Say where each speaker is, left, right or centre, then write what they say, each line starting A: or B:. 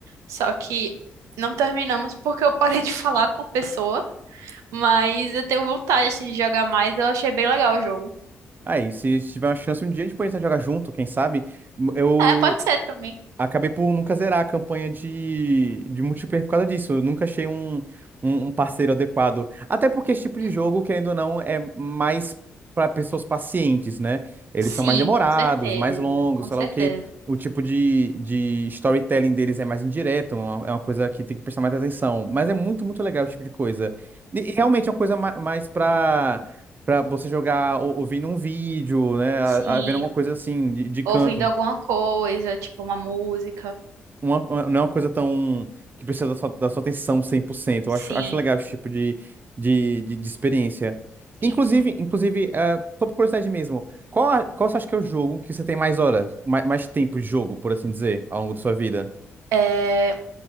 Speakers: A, on the right; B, on the right.
A: Só que não terminamos porque eu parei de falar com a pessoa. Mas eu tenho vontade assim, de jogar mais. Eu achei bem legal o jogo.
B: Aí, se tiver uma chance um dia, a gente pode tentar jogar junto, quem sabe? Eu,
A: É, pode ser também.
B: Acabei por nunca zerar a campanha de, de multiplayer por causa disso. Eu nunca achei um, um, um parceiro adequado. Até porque esse tipo
A: Uhum.
B: de jogo, querendo ou não, é mais para pessoas pacientes, né? Eles
A: Sim,
B: são mais demorados,
A: com certeza.
B: mais longos,
A: Com
B: sei
A: certeza.
B: lá o quê. O tipo de, de storytelling deles é mais indireto, é uma- é uma coisa que tem que prestar mais atenção. Mas é muito, muito legal esse tipo de coisa. E, e realmente é uma coisa ma- mais para para você jogar ou- ouvindo um vídeo, né? A-
A: Sim,
B: a- Vendo alguma coisa assim, de, de canto
A: ouvindo alguma coisa, tipo uma música.
B: uma, uma- não é uma coisa tão que precisa da sua, da sua atenção cem por cento
A: Sim,
B: Eu acho, acho legal esse tipo de, de, de, de experiência.
A: sim,
B: Inclusive,
A: sim.
B: inclusive, ah, só por curiosidade mesmo, qual, a- qual você acha que é o jogo que você tem mais horas, mais, mais tempo de jogo, por assim dizer, ao longo da sua vida?
A: É,